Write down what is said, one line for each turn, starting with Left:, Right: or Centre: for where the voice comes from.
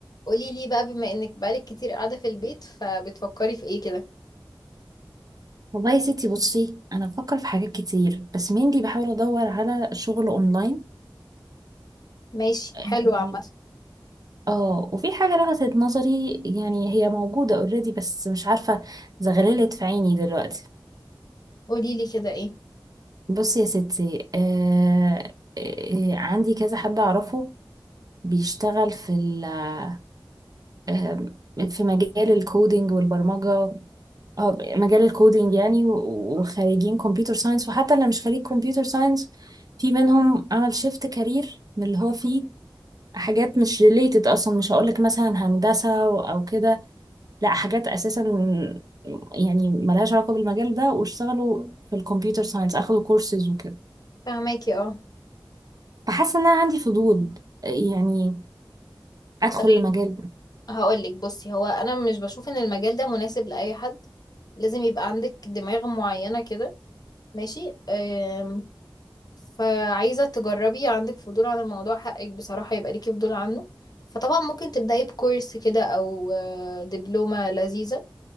Left: قولي لي بقى بما انك بقالك كتير قاعدة في البيت فبتفكري في ايه كده
Right: والله يا ستي بصي انا بفكر في حاجات كتير بس mainly بحاول ادور على شغل اونلاين
Left: ماشي
Right: إيه.
Left: حلو عامة
Right: اه وفي حاجه لفتت نظري يعني هي موجوده اوريدي بس مش عارفه زغللت في عيني دلوقتي
Left: قولي لي كده ايه
Right: بصي يا ستي آه آه آه، عندي كذا حد اعرفه بيشتغل في ال آه آه، في مجال الكودينج والبرمجه اه مجال الكودينج يعني و- وخريجين كمبيوتر ساينس وحتى اللي مش خريج كمبيوتر ساينس في منهم عمل شيفت كارير من اللي هو فيه حاجات مش ريليتد اصلا مش هقولك مثلا هندسة و- او كده لا حاجات اساسا يعني ملهاش علاقة بالمجال ده واشتغلوا في الكمبيوتر ساينس اخدوا كورسز وكده
Left: فهماكي اه
Right: فحاسة ان انا عندي فضول آه، يعني ادخل
Left: طيب
Right: المجال
Left: هقول لك بصي هو انا مش بشوف ان المجال ده مناسب لاي حد لازم يبقى عندك دماغ معينة كده ماشي أم. فعايزة تجربي عندك فضول عن الموضوع حقك بصراحة يبقى ليكي فضول عنه فطبعا ممكن تبدأي بكورس كده او آه، دبلومة لذيذة